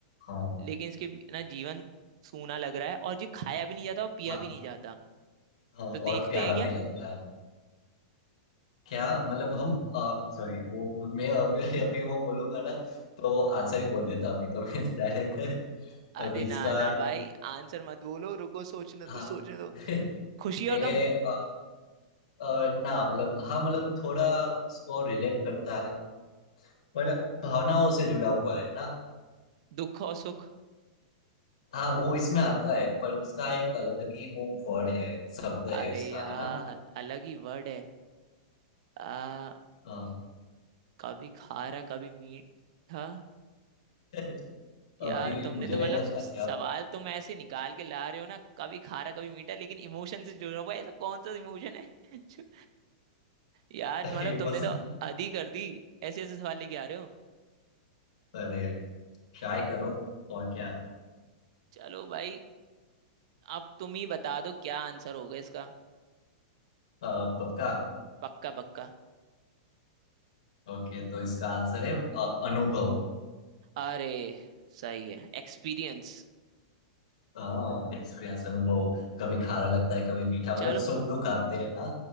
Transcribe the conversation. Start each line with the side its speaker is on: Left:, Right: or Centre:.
Left: हाँ
Right: लेकिन इसके भी- ना जीवन सूना लग रहा है और जो खाया भी नहीं जाता और पिया
Left: हाँ
Right: भी नहीं जाता
Left: हाँ, और
Right: तो देखते
Left: प्यारा
Right: हैं क्या
Left: भी लगता है क्या मतलब हम सॉरी वो मैं अभी <laughs> अभी वो बोलूंगा ना तो आंसर ही बोल देता अभी तो मैं <laughs> डायरेक्ट
Right: अरे
Left: अभी
Right: ना
Left: इसका
Right: ना भाई आंसर मत बोलो रुको सोचने
Left: हाँ
Right: दो सोचने दो
Left: <laughs>
Right: खुशी
Left: ए
Right: और गम
Left: अ, अ, ना मतलब हाँ मतलब थोड़ा उसको रिलेट करता है पर भावनाओं से जुड़ा हुआ है ना
Right: दुख और सुख
Left: हाँ वो इसमें आता है पर उसका एक अलग ही वो वर्ड है शब्द है
Right: अरे
Left: उसका
Right: यार
Left: है ना
Right: अलग ही वर्ड है आ
Left: हाँ
Right: कभी खारा कभी मीठा
Left: <laughs> अभी
Right: यार तुमने
Left: मुझे
Right: तो
Left: नहीं
Right: मतलब
Left: लगता
Right: सवाल
Left: कि आप
Right: तुम ऐसे निकाल के ला रहे हो ना कभी खारा कभी मीठा लेकिन इमोशन से जुड़ा हुआ है, ऐसा कौन सा इमोशन है <laughs> जो- यार
Left: <laughs>
Right: मतलब
Left: इमोशन
Right: तुमने तो हद ही कर दी ऐसे ऐसे सवाल लेके आ रहे हो
Left: अरे ट्राई करो और क्या
Right: चलो भाई अब तुम ही बता दो क्या आंसर होगा इसका
Left: अ, पक्का
Right: पक्का पक्का
Left: ओके तो इसका आंसर है अ, अनुभव
Right: अरे सही है एक्सपीरियंस
Left: हाँ एक्सपीरियंस है वो कभी खारा लगता है कभी मीठा मतलब
Right: चलो
Left: सुख दुख आते हैं ना